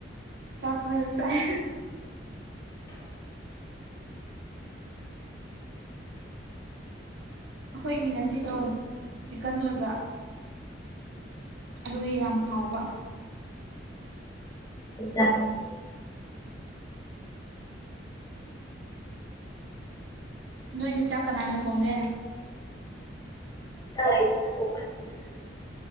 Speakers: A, on the right; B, on the left.
A: ꯆꯥꯛꯈꯜꯂ ꯆꯥꯏ꯫ ꯑꯈꯣꯏꯒꯤ ꯉꯁꯤꯗꯣ ꯆꯤꯀꯟ ꯑꯣꯏꯕ꯫ ꯑꯗꯨꯏ ꯌꯥꯝ ꯍꯥꯎꯕ꯫
B: ꯗ꯫
A: ꯅꯣꯏꯗꯤ ꯆꯥꯛꯀꯅ ꯊꯣꯡꯒꯦ꯫
B: ꯇꯂꯥꯏ ꯊꯪꯀꫭꯛ ꯃꯅꯤ ꯫